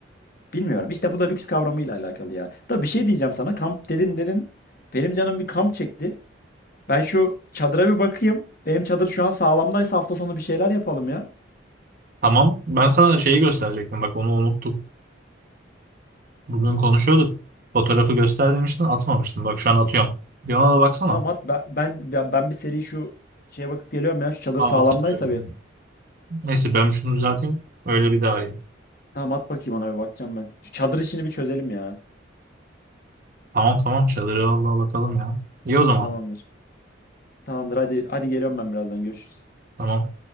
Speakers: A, on the left; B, on the right.
A: Bilmiyorum. İşte bu da lüks kavramıyla alakalı ya. Da bir şey diyeceğim sana. Kamp dedin dedin. Benim canım bir kamp çekti. Ben şu çadıra bir bakayım. Benim çadır şu an sağlamdaysa hafta sonu bir şeyler yapalım ya.
B: Tamam. Ben sana şeyi gösterecektim. Bak onu unuttum. Bugün konuşuyorduk. Fotoğrafı göster demiştin atmamıştın. Bak şu an atıyorum. Bir ona da baksana.
A: Tamam at ben ben ben ben bir seri şu şeye bakıp geliyorum ya. Şu çadır
B: Aa
A: sağlamdaysa
B: atamıyorum.
A: bir.
B: ya. Neyse ben şunu düzelteyim. Öyle bir daha arayayım.
A: Tamam at bakayım ona bir bakacağım ben. Şu çadır işini bir çözelim ya.
B: Tamam tamam çadırı vallahi bakalım ya. İyi o zaman.
A: Tamamdır. Tamamdır hadi hadi geliyorum ben birazdan görüşürüz.
B: Tamam.